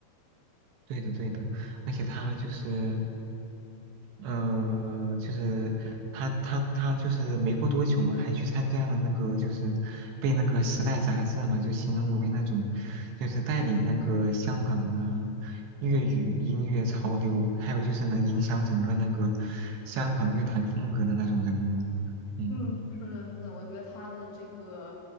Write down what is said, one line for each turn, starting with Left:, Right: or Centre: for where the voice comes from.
Right: 对的对的，而且他就是，呃，就是他他他就是没过多久嘛，还去参加了那个就是被那个《时代》杂志嘛，就形容为那种就是带领那个香港的粤语音乐潮流，还有就是能影响整个那个香港乐坛风格的那种人物。嗯，
Left: 嗯，是的，是的，我觉得他的这个，